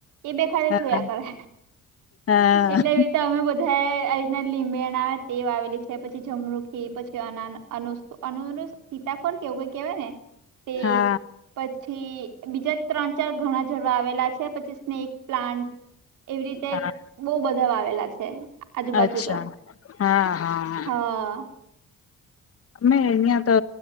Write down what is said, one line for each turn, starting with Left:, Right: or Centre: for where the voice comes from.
Right: એ બે ખાલી
Left: હા
Right: જોયા કરે
Left: હા
Right: એટલે એવી રીતે અમે બધું ધાએ આવી રીતના લીંબેણા ને તે વાવેલી છે પછી જમરુખી પછી અના અનુ અનુનુસ. સીતાફળ કે એવું કંઈક કેવાય ને તે.
Left: હા
Right: પછી બીજા ત્રણ ચાર ઘણા છોડ વાવેલા છે પછી સ્નેક પ્લાન્ટ. એવી રીતે
Left: હા
Right: બઉ બધા વાવેલા છે આજુબાજુ
Left: અચ્છા
Right: તો.
Left: હા હા હમ્મ.
Right: હા
Left: અમે અહીયાં તો